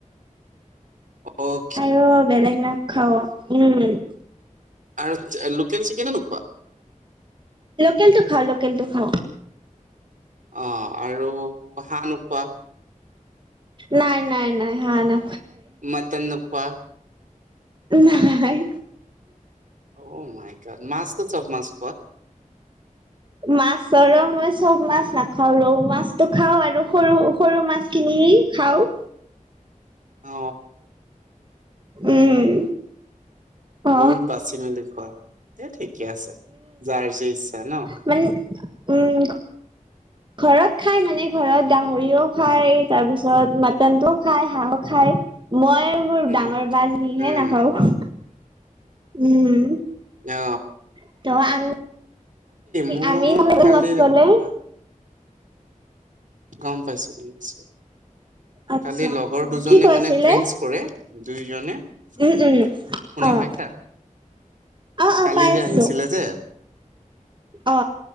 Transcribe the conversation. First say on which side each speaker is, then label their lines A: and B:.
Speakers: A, on the right; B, on the right.
A: অ,
B: আৰু বেলেগ না খাও উম,
A: আৰু লোকেল চিকেনো নোখোৱা।
B: লোকেল টো খাওঁ লোকেল টো খাওঁ।
A: অ, আৰু হাঁহ নোখোৱা।
B: নাই নাই নাই হা না
A: মতন নোখোৱা।
B: নাইাই
A: অ, মাছটো চপ মাছ খোৱা।
B: মাছৰ মই চব মাছ নাখাও ৰৌ মাছতটো খাও আৰু সৰু সৰু মাছ খিনি। খাওঁ।
A: অ,
B: উম অ
A: বহুত বাচি মেলি খোৱা এই খোৱা। ঠিকে আছে যাৰ যে ইচ্ছা ন।
B: মান উম, ঘৰত খাই মানে ঘৰত গাহৰিও খায় তাৰপিছত মাটনটোও খায় হাঁহো খায়। মই আৰু মোৰ
A: উম
B: ডাঙৰ বা জনীহে
A: উম
B: নাখাওঁ উম
A: কিয়
B: <unintelligible> ত আমি
A: মোৰ
B: আমি মানে
A: কালি
B: নচলে <unintelligible>
A: আহ, গম পাইছো
B: আচ্ছা
A: খালি লগৰ দুজনে
B: কি কৈছিলে
A: মানে ড্ৰিংকচ কৰে দুইজনে শুনা
B: উম উম অ
A: পাইছা
B: অ', অ',
A: কালি
B: পাই
A: যে
B: আছো
A: আহিছিলে যে
B: অ